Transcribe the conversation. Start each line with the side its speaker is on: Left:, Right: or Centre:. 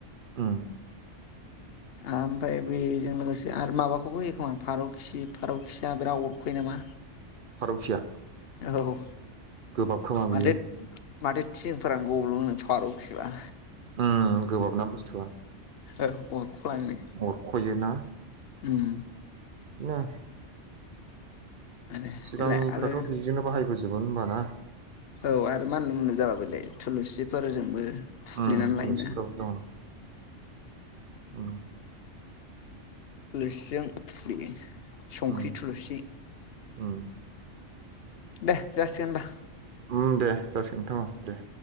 Right: उम
Left: आमफाय बेजों लोगोसे आरो माबाखौबो होयो खोमा फारौखि फारौखिया बिराद अरखय नामा मा
Right: फारौखिया
Left: औ
Right: गोबाब खोमा बियो
Left: माथो माथो थिंफोरानो गब्लंनो फारौखिबा
Right: उम गोबाबना बुस्थुआ
Left: अरख'लांनो औ
Right: अरख'यो ना
Left: उम
Right: ना
Left: आरो
Right: सिगांनिफोराथ'
Left: बेलाय आरो
Right: बिदिनो बाहायबोजोबो होमबा ना
Left: औ आरो मानलु मलु जाबाबोलाय थुलुसिफोरजोंबो थुफ्लेनानै
Right: उम
Left: लायोना
Right: थुलुसिफोराबो दङ उम
Left: थुलुसिजों थुफ्लेयो संख्रि
Right: उम
Left: थुलुसि
Right: उम
Left: दे जासिहोनबा
Right: उम दे जासिगोनथां दे